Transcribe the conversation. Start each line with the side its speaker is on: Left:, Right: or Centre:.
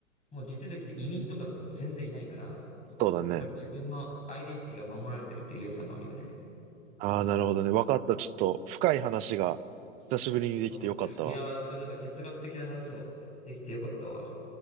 Left: もう地続きで移民とかが全然いないから、
Right: そうだね。
Left: やっぱり自分のアイデンティティが守られてるっていう良さもあるよね。
Right: ああ、なるほどね。わかった。ちょっと深い話が久しぶりにできてよかったわ。
Left: そう。いやー、そういうなんか哲学的な話をできてよかったわ。